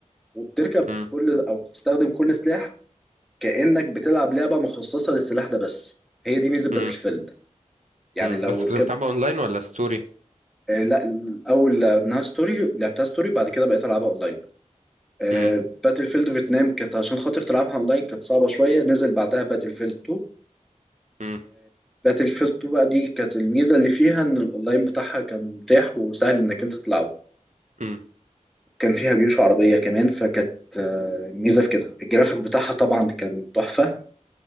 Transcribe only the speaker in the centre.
وبتركب
كل أو بتستخدم كل سلاح كأنك بتلعب لعبة مخصصة للسلاح ده بس هي دي ميزة باتل
فيلد يعني
لو
ركبت
آه لا الأول لعبناها ستوري لعبتها ستوري بعد كده بقيت ألعبها أونلاين آه،
باتل فيلد فيتنام كانت عشان خاطر تلعبها أونلاين كانت صعبة شوية نزل بعدها باتل فيلد 2
باتل فيلد 2 بقى دي كانت الميزه اللي فيها ان الاونلاين بتاعها كان متاح وسهل انك انت تلعبه
كان فيها جيوش عربيه كمان فكانت آه، ميزه في كده الجرافيك بتاعها طبعا كان تحفه